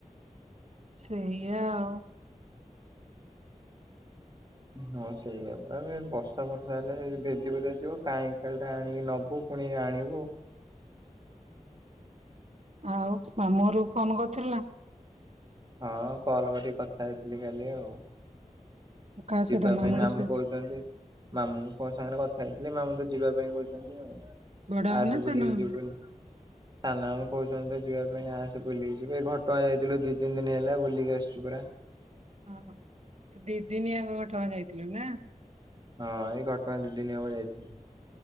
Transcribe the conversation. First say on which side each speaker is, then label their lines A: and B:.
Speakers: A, on the right; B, on the right.
A: ସେଇଆା
B: ହଁ ସେଇା ପୁରା ଏମ ବର୍ଷା ବର୍ଷା ହେଲେ ଭେଦ ଭଦ ଯିବ କାହିଁ ଖାଳି ଟା ଆଣିକି ନବୁ ପୁଣି ଆଣିବୁ।
A: ଆଉ ମାମୁ ର ଫୋନ କରିଥିଲ ନା ।
B: ହଁ କଲ କରି କଥା ହେଇ ବ ଗାଲେ ଆଉ ।
A: କାହା ସହିତ
B: ଯିବା
A: ମାମୁଁଙ୍କ
B: ପାଇଁ ମାମୁଁ
A: ସହିତ
B: କହୁଛନ୍ତି ମାମୁ କଣ ସାଙ୍ଗରେ କଥା ହେଇଥିଲି ମାମୁଁ ଯିବା ପାଇଁ କହୁଛନ୍ତି ଆଉ ।
A: ବଡ ମାମୁଁ
B: ଆସ
A: ନା
B: ବୁଲି
A: ସାନ
B: କି
A: ମାମୁଁ?
B: ଜିବୁ ବୋଲି ସାନ କହୁଛନ୍ତି ତ ଯିବା ପାଇଁ ଆସ ବୁଲିକି ଯିବ ଏଇ ଘଟଣା ଯାଇଥିଲୁ ଦିଇ ତିନି ଦିନ ହେଲା ବୁଲିକି ଆସି ପୁରା ।
A: ଓ ଦିଦିନି ଆମ ଟଙ୍କା ଯାଇଥିଲୁ ନା ।
B: ହଁ ଏଇ ଘଟଣା ଦି ଦିନିବେଳେ ଯାଇଥିଲ ।